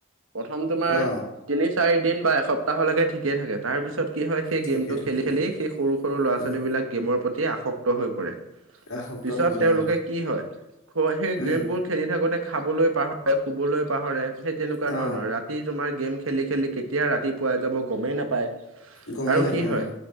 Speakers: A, on the right (about 70°); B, on the left (about 85°).
A: প্ৰথম তোমাৰ
B: অ
A: তিনি চাৰি দিন বা এসপ্তাহলৈকে ঠিকেই থাকে তাৰপিছত কি হয় সেই
B: ঠিকে
A: গেমটো
B: থাকে
A: খেলি খেলি
B: অ
A: সেই সৰু সৰু ল'ৰা
B: উম
A: ছোৱালী বিলাক গেমৰ প্ৰতি আসক্ত হৈ পৰে
B: আসক্ত
A: পিছত
B: হৈ যায়
A: তেওঁলোকে
B: অ
A: কি হয় খ সেই
B: উম
A: গেমবোৰ খেলি থাকোতে খাবলৈ পাহৰে শুবলৈ পাহৰে সেই তেনেকুৱা
B: অ
A: ধৰণৰ ৰাতি তোমাৰ গেম খেলি খেলি কেতিয়া ৰাতি পুৱাই যাব গমেই নাপায়
B: গমেই
A: আৰু
B: নাপায়
A: কি হয়
B: অ